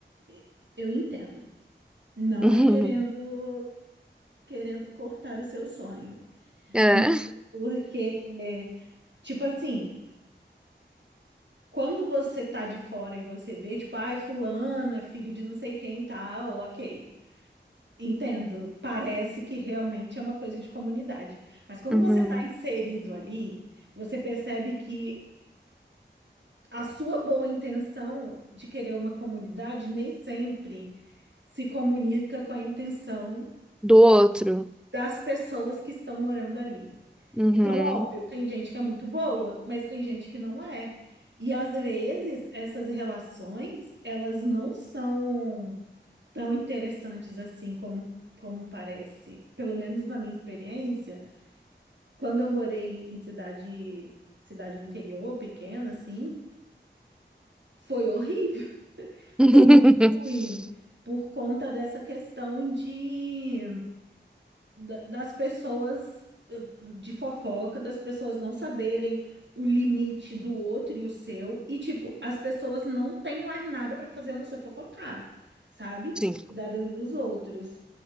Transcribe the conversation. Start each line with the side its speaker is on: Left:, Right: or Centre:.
Right: e- eu entendo. Não
Centre: <laughs> Uhum.
Right: é querendo, querendo cortar o seu sonho.
Centre: É.
Right: Mas é porque, tipo assim, quando você tá de fora e você vê, tipo, ai, fulano é filho de não sei quem e tal, ok. Entendo. Parece que realmente é uma coisa de comunidade. Mas quando
Centre: Uhum.
Right: você está inserido ali, você percebe que a sua boa intenção de querer uma comunidade nem sempre se comunica com a intenção
Centre: Do outro.
Right: das pessoas que estão morando ali.
Centre: Uhum.
Right: Então, óbvio, tem gente que é muito boa, mas tem gente que não é. E às vezes essas relações, elas não são. tão interessantes assim como, como parece. Pelo menos na minha experiência, quando eu morei em cidade, cidade do interior, pequena, assim, foi horrível, <laughs>
Centre: <laughs>
Right: foi muito ruim por conta dessa questão de da- das pessoas eh, de fofoca, das pessoas não saberem o limite do outro e o seu, e tipo, as pessoas não têm mais nada pra fazer a não ser fofocar, sabe?
Centre: Sim.
Right: Cuidar da vida dos outros.